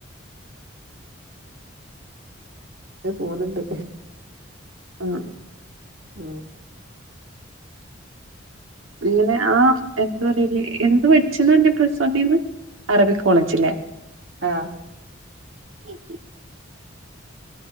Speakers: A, on the right; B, on the right.
A: ഞ പോുന്നുണ്ട്
B: ആഹ
A: ഉ
B: ഇങ്ങനെ ആ എന്താ പറല എന്ത് മടിച്ചന്ന്ന്നെ പ്രസോണീന്ന് അറബിക് കോളേജില്ലേ
A: ആ
B: ഉ